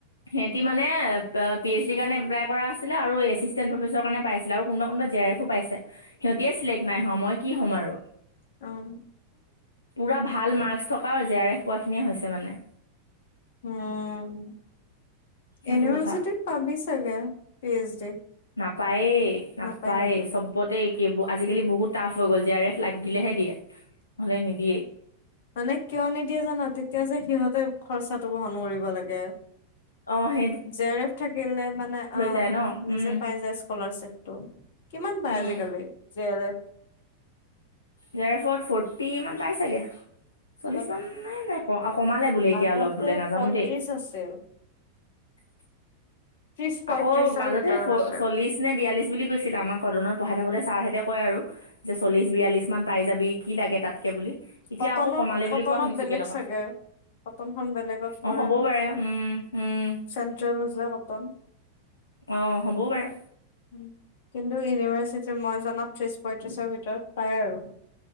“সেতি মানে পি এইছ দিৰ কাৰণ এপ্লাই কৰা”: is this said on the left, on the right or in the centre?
Left